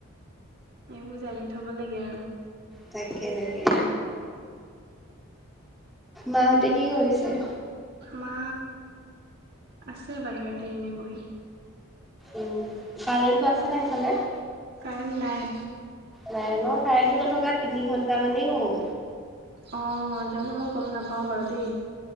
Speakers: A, on the right (about 50°); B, in the centre.
A: এইবোৰ জানি থব লাগে আৰু।
B: তাকে তাকে মাহঁতে কি কৰিছে?
A: মা আছে বাহিৰতে এনেই বহি।
B: উম, কাৰেণ্টো আছে নাই সেইফালে?
A: কাৰেণ্ট নাই।
B: নাই ন কাৰেণ্টটো নথকা তিনি ঘন্টা মানেই হ'ল।
A: আহ, জানো মই গম নাপাওঁ বাৰু দেই।